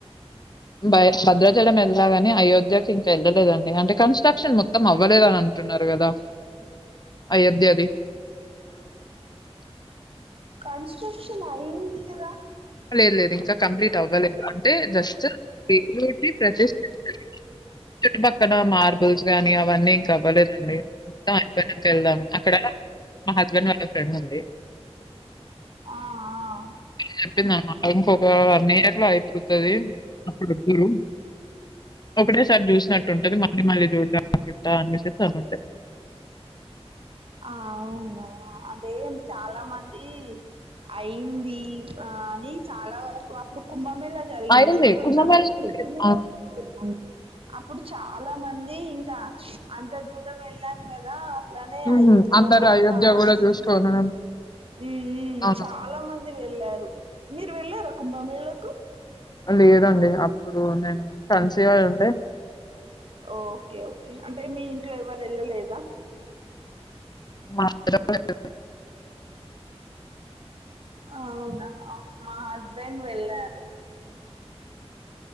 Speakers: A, on the left; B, on the right.
A: భ భద్రాచలం ఎల్నాగాని అయోధ్యకు ఇంకా వెళ్ళలేదండి అంటే కన్స్ట్రాక్షన్ మొ త్తం అవ్వలేదని అంటున్నారు గదా అయోధ్యది
B: కన్స్ట్రక్షన్ ఐందిగదా
A: లేదు లేదు ఇంకా కంప్లీట్ అవ్వలేదు అంటే జస్ట్ ఇంకోటి ప్రతిష్ట కానే చుట్టుపక్కన మార్బుల్స్ గానీ అవన్నీ ఇంక అవ్వలేదండి మొత్తం అయిపోయినంక వెళ్దాం అక్కడ మా హస్బెండ్ వాళ్ళ ఫ్రెండ్ ఉంది
B: ఆ ఆ
A: చెప్పిందానమాట ఇంకొక వనియర్లో అయిపోతది అప్పుడద్దురు ఒకటే సార్ జూసినట్టు ఉంటది మళ్ళీ మళ్ళీ చూడ్డ చుట్ట అనిసేసీ అని ఉండే
B: ఆ అవ్నా అదేం చాలా మంది అయింది ఆ అని చాలా వరకు అప్పుడు కుభామేలా జర్గింది
A: అయింది
B: గుర్తున్దా
A: కుంభమేళ
B: మి
A: ఆ
B: అప్పుడు చాలా మంది ఇంకా అంత దూరం వెళ్ళాం కదా అట్ల కని
A: హ్మ్.
B: అయోద్ధ్య
A: అందరూ అయోధ్య
B: కాశీ
A: గూడా చూసుకోను
B: ఉ ఉ
A: అవును.
B: చాలా మంది వేళ్ళారు మీరు వెళ్ళారా కుంభమేళకు
A: లేదండి అప్పుడు నేను కన్సీవై ఉండే
B: ఓకే ఓకే అంటే మీ ఇంట్లో ఎవరు వెళ్ళలేదా
A: ఆ వెళ్ళలేదు
B: అవ్నా మా హస్బెండ్ వెళ్ళారు